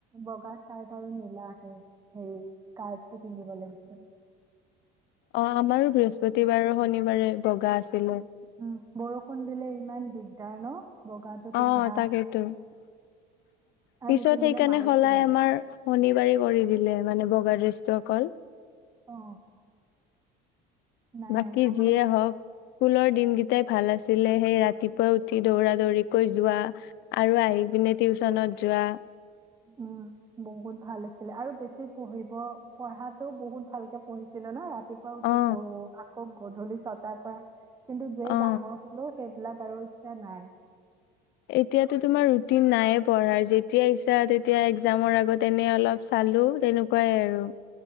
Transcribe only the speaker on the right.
বগা চাইড আৰু নীলা আহে। হেৰি কাৰ টো পিন্ধিব লাগিছিলে।
উম বৰষুণ দিলে ইমান দিগদাৰ ন'। বগাটো
পিন্ধা
আৰু নিপিন্ধিলে
মাৰিছিলে
অ নাই
আমাৰ
উম, বহুত ভাল আছিলে আৰু বেছি পঢ়িব পঢ়াতটো বহুত ভালকে পঢ়িছিলো ন' ৰাত তীপা উঠি
পঢ়ো আৰু গধূলি ছতা পৰা কিন্তু যেই
ডাঙৰ হ'লেও সেই স বিলাক আৰু ইচ্ছা নাই।